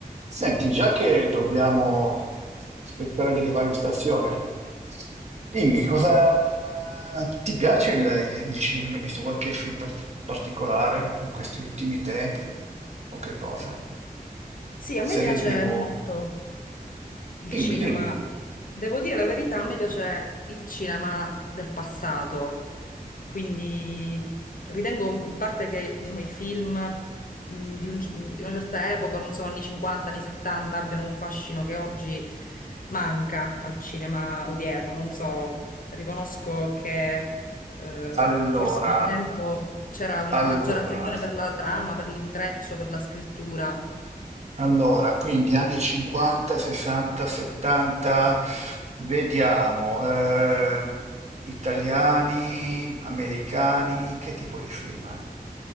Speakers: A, on the right (about 45°); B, on the left (about 65°).
A: Senti, già che dobbiamo aspettare di arrivare in stazione, dimmi cosa ti piace il, il- il cinema? Hai visto qualche film par- particolare in questi ultimi tempi? O che cosa?
B: Sì, a me
A: Serie
B: piace
A: TV?
B: molto il
A: Dimmi,
B: cinema.
A: dimmi.
B: Devo dire la verità, a me piace il cinema del passato. Quindi ritengo in parte che, diciamo, i film mh, di, un- di una certa epoca, non so, anni 50, anni 70, abbiano un fascino che oggi manca al cinema odierno. Non so, riconosco che eh,
A: Allora,
B: forse un tempo c'era una
A: allora.
B: maggiore attenzione per la trama, per l'intreccio, per la scrittura.
A: Allora, quindi anni 50, 60, 70, vediamo, eh, italiani, americani, che tipo di film?